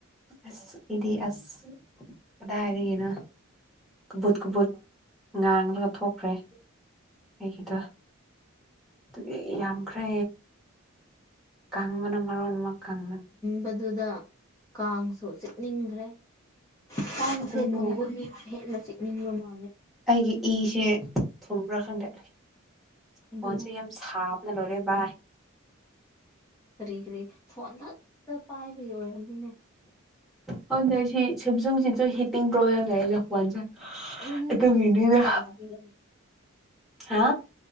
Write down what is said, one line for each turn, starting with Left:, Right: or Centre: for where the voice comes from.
Centre: ꯑꯁ ꯏꯗꯤ ꯑꯁ ꯀꯗꯥ ꯍꯥꯏꯔꯤꯒꯦꯅ ꯀꯨꯕꯨꯠ ꯀꯨꯕꯨꯠ ꯉꯥꯡꯂꯒ ꯊꯣꯛꯈ꯭ꯔꯦ ꯑꯩꯒꯤꯗ ꯑꯗꯨ ꯌꯥꯝꯈ꯭ꯔꯦ ꯀꯥꯡꯪꯕꯅ ꯃꯔꯣꯟ ꯑꯃ ꯀꯪꯕꯅꯤ
Left: ꯃꯗꯨꯗ ꯀꯥꯡꯁꯨ ꯆꯤꯛꯅꯤꯡꯈ꯭ꯔꯦ ꯇꯥꯡꯁꯦ
Centre: ꯑꯗꯨꯅꯦ
Left: ꯀꯪꯒꯅꯤ ꯍꯅ ꯆꯠꯅꯤꯡꯕ ꯃꯥ
Centre: ꯑꯩꯒꯤ ꯏꯁꯦ ꯊꯨꯝꯕ꯭ꯔꯥ ꯈꯥꯟꯗ
Left: ꯑꯗꯨꯅ
Centre: ꯐꯣꯟꯁꯦ ꯌꯥꯝ ꯁꯥꯕ ꯅꯣꯔꯦ ꯕꯥꯏ
Left: ꯀꯔꯤ ꯀꯔꯤ ꯐꯣꯟ ꯈꯛꯇ ꯄꯥꯏꯕꯒꯤ ꯑꯣꯏꯔꯕꯝꯅꯤꯅꯦ
Centre: ꯍ ꯁꯤ ꯁꯤꯞꯖꯨꯡꯁꯤꯁꯨ ꯍꯤꯇꯤꯡ ꯄꯣꯂꯦꯝ ꯍꯥꯏ ꯖ ꯑꯩ
Left: ꯑꯗꯣ ꯅꯪꯒꯤ
Centre: ꯇ
Left: ꯁꯦꯝꯁꯨꯡꯗꯣ
Centre: ꯃꯤꯗꯤꯗ
Left: ꯀꯌꯥꯒꯤꯔ
Centre: ꯍꯥ